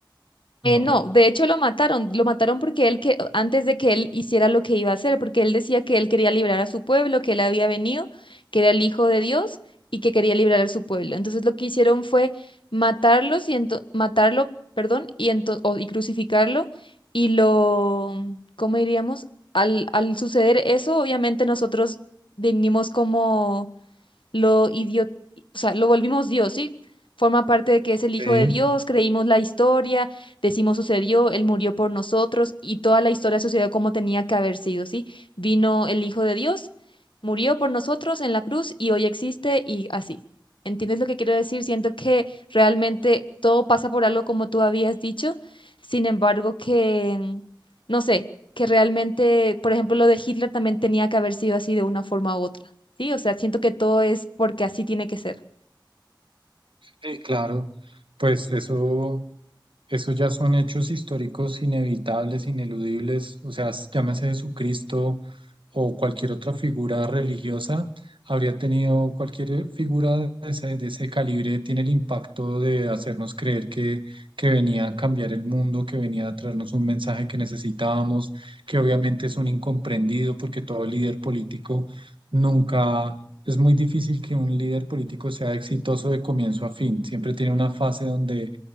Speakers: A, on the left (about 80°); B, on the right (about 85°).
A: Eh,
B: No.
A: no, de hecho lo mataron, lo mataron porque él que antes de que él hiciera lo que iba a hacer, porque él decía que él quería librar a su pueblo, que él había venido, que era el hijo de Dios y que quería librar a su pueblo. Entonces lo que hicieron fue matarlos y ento- matarlo, perdón, y ento- o- y crucificarlo y lo, ¿cómo diríamos? Al al suceder eso, obviamente nosotros venimos como lo idio- o sea, lo volvimos Dios, ¿sí? Forma parte de que es el Hijo
B: Sí,
A: de Dios, creímos la historia, decimos sucedió, Él murió por nosotros y toda la historia sucedió como tenía que haber sido, ¿sí? Vino el Hijo de Dios, murió por nosotros en la cruz y hoy existe y así. ¿Entiendes lo que quiero decir? Siento que realmente todo pasa por algo como tú habías dicho, sin embargo que, mm, no sé, que realmente, por ejemplo, lo de Hitler también tenía que haber sido así de una forma u otra. Sí, o sea, siento que todo es porque así tiene que ser.
B: sí, claro. Pues eso. Esos ya son hechos históricos inevitables, ineludibles, o sea, s- llámese Jesucristo o cualquier otra figura religiosa, habría tenido cualquier figura de ese, de ese calibre, tiene el impacto de hacernos creer que, que venía a cambiar el mundo, que venía a traernos un mensaje que necesitábamos, que obviamente es un incomprendido porque todo líder político nunca... Es muy difícil que un líder político sea exitoso de comienzo a fin, siempre tiene una fase donde